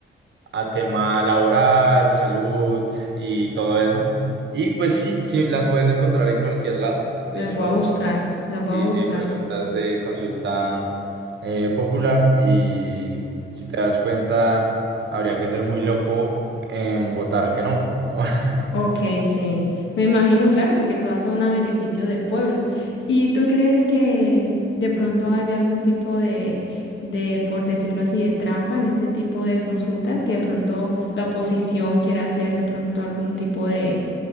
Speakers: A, on the right; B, on the left.
A: a tema laboral, salud y todo eso. Y pues sí, sí, las puedes encontrar en cualquier lado. De
B: Las
A: hecho,
B: voy a buscar, las voy
A: Sí,
B: a buscar.
A: eh, preguntas de consulta eh, popular y si te das cuenta, habría que ser muy loco en votar que no. <laughs>
B: Ok, sí, me imagino, claro, porque todas son a beneficio del pueblo. ¿Y tú crees que de pronto haya algún tipo de, de, por decirlo así, de trampa en este tipo de consultas, que de pronto la oposición quiera hacer de pronto algún tipo de,